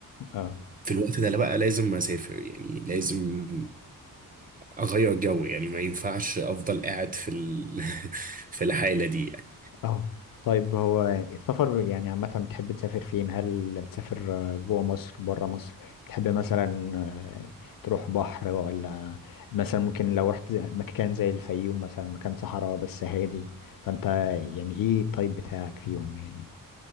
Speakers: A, on the left; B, on the right.
A: اه
B: في الوقت ده لا بقى لازم اسافر يعني لازم اغير جو يعني ما ينفعش افضل قاعد في ال... <laughs> في الحاله دي يعني
A: اه طيب هو السفر يعني عامة بتحب تسافر فين؟ هل بتسافر آه، جوه مصر بره مصر؟ بتحب مثلا آه، تروح بحر ولا مثلا ممكن لو رحت مكان زي الفيوم مثلا مكان صحراء بس هادي فأنت يعني إيه الطيب بتاعك فيهم يعني